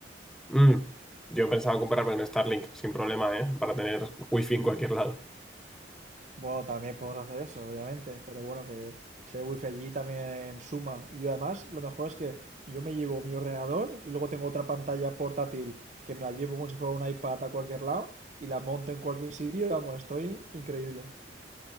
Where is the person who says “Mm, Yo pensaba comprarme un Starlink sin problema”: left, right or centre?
Centre